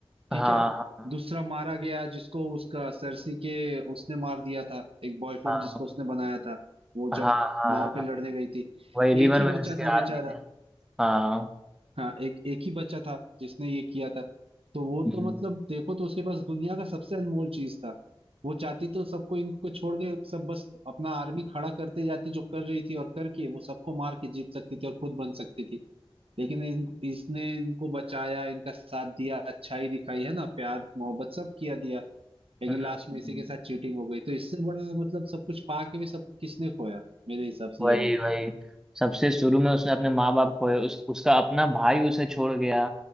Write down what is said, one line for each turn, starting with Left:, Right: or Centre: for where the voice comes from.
Right: ठीक
Centre: हाँ
Right: है
Centre: हाँ
Right: दूसरा मारा गया जिसको उसका सरसी के उसने मार दिया था एक बॉयफ्रेंड
Centre: हाँ
Right: जिसको उसने बनाया था वो
Centre: हाँ
Right: जब
Centre: हाँ
Right: नाव
Centre: हाँ,
Right: पे लड़ने गई थी
Centre: वही रिवर
Right: एक ही बच्चा
Centre: वैन्स के
Right: था
Centre: आर्मी
Right: बेचारा
Centre: ने हाँ
Right: हाँ एक एक ही बच्चा था जिसने ये किया था तो वो
Centre: हम्म
Right: तो मतलब देखो तो उसके पास दुनिया का सबसे अनमोल चीज था वो चाहती तो सबको इनको छोड़ के सब बस अपना आर्मी खड़ा करते जाती जो कर रही थी और करके वो सबको मार के जीत सकती थी और खुद बन सकती थी लेकिन इन, इसने इनको बचाया इनका साथ दिया अच्छाई दिखाई है ना प्यार मोहब्बत सब किया दिया लेकिन
Centre: हम्म,
Right: लास्ट में
Centre: हम्म।
Right: इसी के साथ चीटिंग हो गई तो इससे बड़ा मतलब सब कुछ पा के भी सब किसने खोया मेरे हिसाब से
Centre: वही
Right: ये
Centre: वही सबसे शुरू में उसने अपने माँ बाप खोए उस, उसका अपना भाई उसे छोड़ गया